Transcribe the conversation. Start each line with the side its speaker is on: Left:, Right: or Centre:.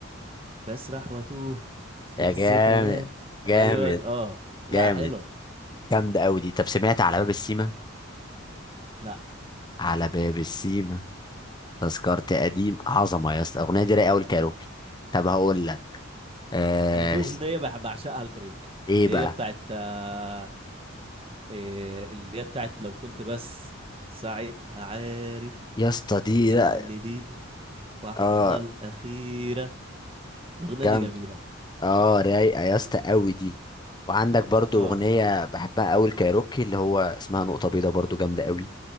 Right: بسرح واتوه في
Left: يا
Right: الذكريات
Left: جامد جامد
Right: ايوه اه لا
Left: جامد
Right: حلوه
Left: جامده قوي دي طب سمعت على باب السيما
Right: لا
Left: على باب السيما تذكرت قديم عظمه يا اسطى الاغنيه دي رايقه قوي الكايروكي طب هقول لك آه...
Right: انا في اغنيه بح- بعشقها الكاريوكي
Left: ايه
Right: اللي
Left: بقى
Right: هي بتاعت آه، إيه، اللي هي بتاعت لو كنت بس ساعتها عارف
Left: يا اسطى دي
Right: ان
Left: لا
Right: دي اللحظه
Left: اه
Right: الاخيره الاغنيه
Left: جامده
Right: دي جميله
Left: اه رايقه يا اسطى قوي دي وعندك برضو
Right: اه
Left: اغنيه بحبها قوي الكايروكي اللي هو اسمها نقطه بيضاء برضو جامده قوي